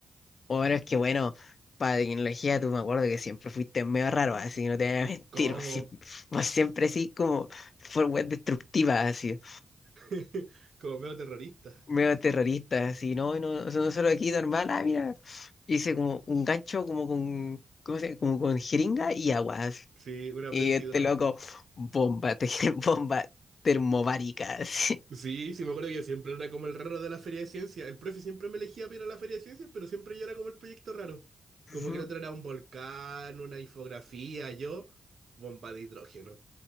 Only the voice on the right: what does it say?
¿Cómo?
<laughs> Como medio terrorista.
Sí, una
prensa
hidráulica.
Sí, sí, me acuerdo que yo siempre era como el raro de la feria de ciencias. El profe siempre me elegía para ir a la feria de ciencias, pero siempre yo era como el proyecto raro. Como
que el otro era un volcán, una infografía, yo, bomba de hidrógeno.